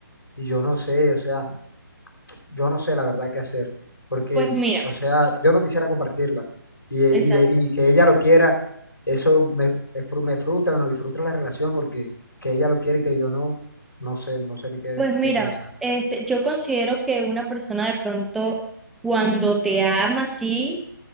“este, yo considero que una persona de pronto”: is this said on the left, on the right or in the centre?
Centre